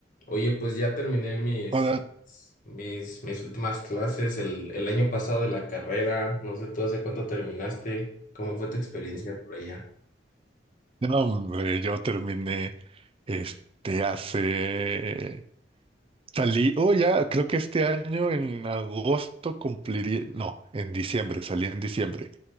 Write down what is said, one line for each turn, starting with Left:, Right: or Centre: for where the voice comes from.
Left: Oye, pues ya terminé mis,
Right: Ahora,
Left: mis, mis últimas clases el, el año pasado de la carrera. No sé tú hace cuánto terminaste. ¿Cómo fue tu experiencia por allá?
Right: no, hombre, yo terminé este hace. Salí, oh, ya, creo que este año en agosto cumpliría. No, en diciembre, salí en diciembre.